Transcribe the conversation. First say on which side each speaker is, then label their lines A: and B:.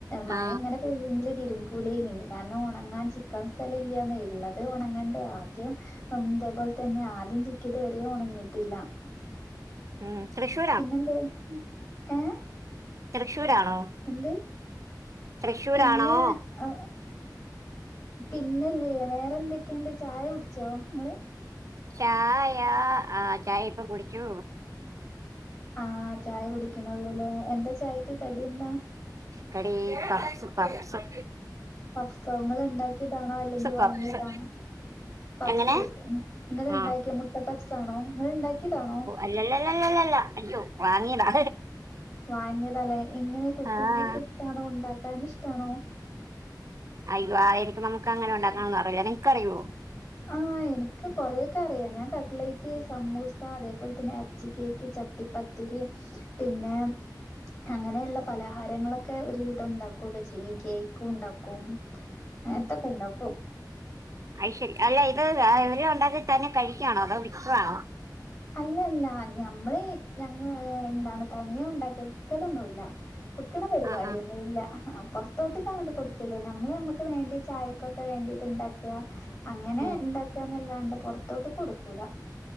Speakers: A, on the left; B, on the right.
A: മഴ
B: ആ
A: ഇങ്ങനെ പെയ്യെങ്കില് തിരുമ്പൂലേന് കാരണം ഒണങ്ങാൻ ചിക്കാൻ സ്ഥലം ഇല്ലന് ഇള്ളത് അത് ഉണങ്ങണ്ടേ ആദ്യം ഇതേപോൽ തന്നെ ആദ്യം ചിക്കിത് വരെഉണങ്ങിയിട്ടില്ല
B: ഉം തൃഷു
A: പിന്നെന്ത ഉണ്ട് ഏഹ്
B: തൃശ്ശൂരാണോ
A: എന്ത്
B: തൃശ്ശൂരാണോ
A: പിന്ന ആ പിന്നല്ലേ വേറെന്തൊക്കെണ്ട് ചായ കുടിച്ചോങ്ങള്
B: ചായ ആ ചായ ഇപ്പൊ കുടിച്ചു
A: ആഹ് ചായ കുടിക്കണൊള്ളൂല്ലേ എന്താ ചായക്ക് കടി എന്താ?
B: കടി പഫ്സ് പഫ്സ്.
A: പഫ്സ് ങ്ങള് ഉണ്ടാക്കിയതാണോ അല്ലെങ്കിൽ വാങ്ങിയതാണോ
B: പപ്സ്
A: പപ്പ്സ്
B: എങ്ങനെ
A: ങ്ങള് ഇണ്ടാക്കിയ
B: ആ
A: മുട്ട പപ്പ്സാണോ ങ്ങള് ഇണ്ടാക്കിയതാണോ
B: ഇല്ലല്ലല്ലല്ലല്ലല്ല അയ്യോ വാങ്ങിയതാ.
A: വാങ്ങിയതാല്ലേ എങ്ങനെ കുക്കിംഗൊക്കെ
B: ആ
A: ഇഷ്ടാണോ ഉണ്ടാക്കാൻ ഇഷ്ടാണോ
B: അയ് വാ എനിക് നമുക്ക് അങ്ങനെ ഉണ്ടാക്കാനൊന്നും അറിയില്ല നിനക്കറിയോ
A: ആഹ് എ എനിക്ക് കൊറേക്കെ അറിയാം ഞാൻ കട്ലേറ്റ്, സമൂസ, അതേപോലെ തന്നെ ഇറച്ചി കേക്ക്, ചട്ടിപ്പത്തിരി പിന്നെ അങ്ങനെള്ള പലഹാരങ്ങളൊക്കെ ഒരുവിധം ഉണ്ടാക്കുകൊക്കെ ചെയ്യും കേക്കും ഉണ്ടാക്കും. അതൊക്കെ ഇണ്ടാക്കും
B: ഐയ്ശരി അല്ല ഇത് ഇവര് ഉണ്ടാക്കി തന്നെ കഴിക്കാണോ അതോ വിക്കാണോ?
A: അല്ലല്ല ഞമ്മളെ ഞങ്ങള് എന്താണ് തനിയെ ഉണ്ടാക്കി വിക്കലൊന്നുല്ല. വിക്ക്ണ പരിപാടിയൊന്നുല്ല
B: ആ ആ
A: പുറത്തോട്ട്കങ്ങട്ട് കൊടുക്കലില്ല നമ്മള് നമ്മക്ക് വേണ്ടി ചായ കൊക്കെ വേണ്ടിട്ട് ഇണ്ടാക്കുക അങ്ങനെ
B: ഉം.
A: ഇണ്ടാക്കുകന്നല്ലാണ്ട് പൊറത്തോട്ട് കൊടുക്കൂല.